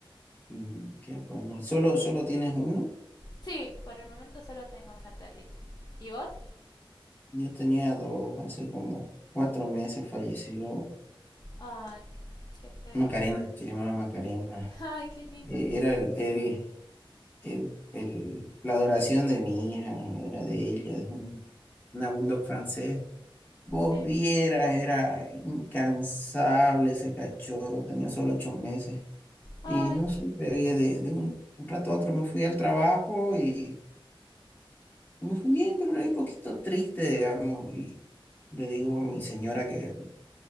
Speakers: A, on the left; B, on the left.
A: Mm, Qué bueno. ¿Solo, solo tienes uno?
B: Sí, por el momento solo tengo una perrita. ¿Y vos?
A: Yo tenía dos, hace como cuatro meses falleció.
B: Ay, qué feo.
A: Macarena, se llamaba Macarena.
B: Ay, qué lindo,
A: Eh,
B: no.
A: Era el, el- el- el- la adoración de mi hija, era de ella, de un- una bulldog francés. Vos
B: Sí.
A: vieras, era incansable ese cachorro, tenía solo ocho meses.
B: Ay,
A: Y no supe, oye, de, de un, un rato a otro me fui al trabajo y me fui bien, pero era un poquito triste, digamos. Y le digo a mi señora que